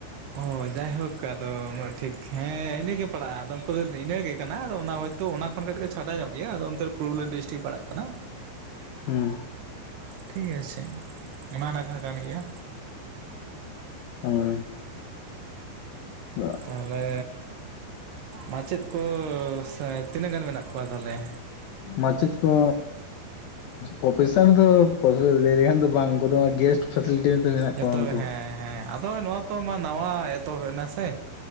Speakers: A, on the right; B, on the left.
A: ᱚ ᱡᱟᱭᱦᱳᱠ ᱟᱫᱚ ᱩᱱᱟᱹᱜ ᱴᱷᱤᱠ ᱦᱮᱸ ᱤᱱᱟᱹᱜᱮ ᱯᱟᱲᱟᱜᱼᱟ ᱟᱫᱚ ᱩᱱᱠᱩ ᱫᱚ ᱤᱱᱟᱹᱜ ᱜᱮ ᱠᱟᱱᱟ ᱟᱫᱚ ᱚᱱᱟ ᱦᱚᱭᱛᱳ ᱚᱱᱟ, ᱠᱷᱚᱱ ᱠᱟᱹᱴᱤᱡ ᱠᱚ ᱪᱷᱟᱰᱟ ᱧᱚᱜ ᱜᱮᱭᱟ ᱟᱫᱚ ᱚᱱᱛᱮ ᱯᱩᱨᱩᱞᱤᱭᱟᱹ ᱰᱤᱥᱴᱤᱠ ᱯᱟᱲᱟᱜ ᱠᱟᱱᱟ᱾
B: ᱦᱮᱸ
A: ᱴᱷᱤᱠ ᱟᱪᱷᱮ ᱚᱱᱟ ᱱᱟᱠᱷᱟ ᱠᱟᱱ ᱜᱮᱭᱟ᱾
B: ᱦᱳᱭ᱾ <inaudible>
A: ᱛᱟᱦᱚᱞᱮ ᱢᱟᱪᱮᱫ ᱠᱚ ᱥᱮ ᱛᱤᱱᱟᱹᱜ ᱜᱟᱱ ᱢᱮᱱᱟᱜ ᱠᱚᱣᱟ ᱛᱟᱦᱚᱞᱮ?
B: ᱢᱟᱪᱮᱫ ᱠᱚ, ᱯᱨᱚᱯᱷᱮᱥᱟᱨ ᱫᱚ ᱞᱟᱹᱭ ᱞᱮᱠᱷᱟᱱ ᱫᱚ ᱵᱟᱝ ᱩᱱᱠᱩ ᱫᱚ ᱜᱮᱥᱴ, ᱯᱷᱮᱥᱤᱞᱤᱴᱤ ᱨᱮ ᱢᱮᱱᱟᱜ
A: ᱡᱚᱛᱚ
B: ᱠᱚᱣᱟ ᱩᱱᱠᱩ
A: ᱜᱮ ᱦᱮᱸ ᱦᱮᱸ ᱛᱚ ᱢᱟ ᱱᱟᱣᱟ ᱮᱛᱚᱵ ᱱᱟᱥᱮ?